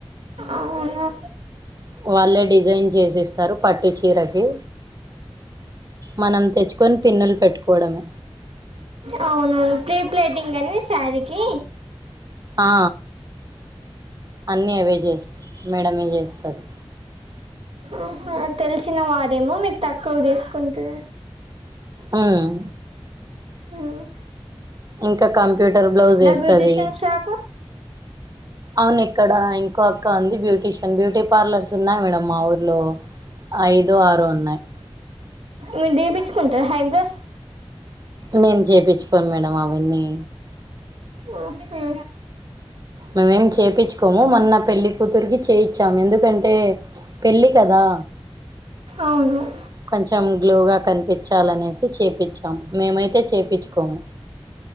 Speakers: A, on the right; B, on the right.
A: అవును
B: వాళ్ళే డిజైన్ చేసిస్తారు పట్టు చీరకి మనం తెచ్చుకొని పిన్నులు పెట్టుకోవడమే
A: అవునవును ప్రీ ప్లేటింగ్ అని శారీకి
B: ఆ అన్నీ అవే చేస్ మేడమే చేస్తది
A: ఆహ తెలిసిన వారేమో మీకు తక్కువ తీసుకుంటది
B: ఉమ్
A: హ్మ్
B: ఇంకా కంప్యూటర్ బ్లౌజ్ ఏస్తాది
A: బ్యూటీషియన్ షాపు
B: అవునిక్కడ ఇంకొ అక్క ఉంది బ్యూటీషియన్ బ్యూటీ పార్లర్స్ ఉన్నాయి మేడమ్ మా ఊర్లో ఐదో ఆరో ఉన్నాయ్
A: మీరు తీపించుకుంటిరా ఐబ్రోస్
B: నేను చేపిచ్చుకోను మేడం అవన్నీ
A: ఓహో
B: మేం చేపిచ్చుకోము మొన్న పెళ్లి కూతురికి చేయిచ్చాము ఎందుకంటే పెళ్ళి కదా
A: అవును
B: కొంచం గ్లోగ కనిపిచ్చాలనేసి చేపిచ్చాము మేమైతే చేపిచ్చుకోము